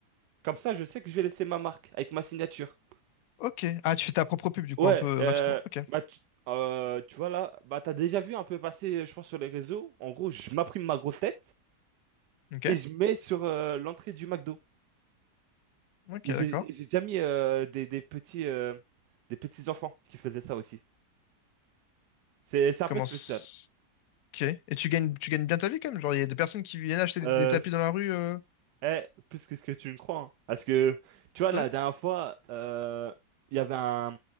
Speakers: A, on the right; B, on the left.
A: Comme ça, je sais que je vais laisser ma marque avec ma signature.
B: Ok. Ah, tu fais ta propre pub, du
A: Ouais,
B: coup, un peu euh,
A: euh,
B: gratuitement. Ok.
A: bah, tu, euh, tu vois là, bah, t'as déjà vu un peu passer, je pense, sur les réseaux. En gros, je m'imprime ma grosse tête
B: Ok.
A: et je mets sur euh, l'entrée du McDo.
B: Ok,
A: Et j'ai
B: d'accord.
A: j'ai déjà mis euh, des, des petits euh, des petits enfants qui faisaient ça aussi. C'est c'est un
B: Comment...
A: peu spécial.
B: c- Ok. Et tu gagnes, tu gagnes bien ta vie, quand même? Genre, il y a des personnes qui viennent acheter des,
A: Euh,
B: des tapis dans la rue... euh,
A: eh, plus que ce que tu ne crois. hein. Parce que tu vois
B: Ouais.
A: la dernière fois, euh, il y avait un